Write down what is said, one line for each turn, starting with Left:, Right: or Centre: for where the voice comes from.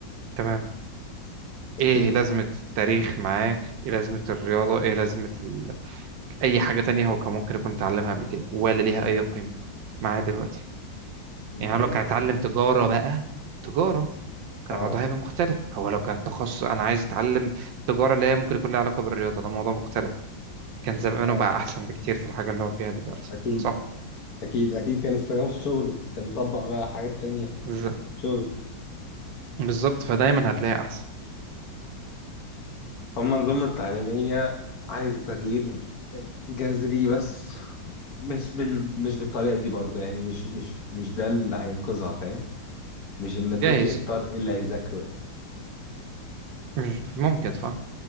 Right: تمام
Left: اوكي
Right: ايه لازمة التاريخ معاه ايه لازمة الرياضة ايه لازمة ال... اي حاجة تانية هو كان ممكن يكون اتعلمها قبل كده ولا ليها اي قيمة معاه دلوقتي
Left: دي
Right: يعني
Left: حقيقة
Right: هو لو كان اتعلم تجارة بقى تجارة كان
Left: اه
Right: الموضوع هيبقى مختلف هو لو كان تخصص أنا عايز أتعلم تجارة اللي هي ممكن يكون لها علاقة بالرياضة ده موضوع مختلف كان زمانه
Left: اه
Right: بقى أحسن بكتير في الحاجة اللي هو فيها دلوقتي
Left: اكيد
Right: صح
Left: اكيد اكيد كان استخدامه في شغله كان طبق بقى حاجات تانية
Right: بالظبط
Left: شغل
Right: بالظبط فدايما هتلاقي أحسن
Left: هما النظم التعليمية عايزة تغيير جذري بس مش بال... مش بالطريقة دي برضه يعني مش مش مش ده اللي هينقذها فاهم مش إن الطفل
Right: جايز
Left: يختار إيه اللي هيذاكره يعني.
Right: مش ممكن صح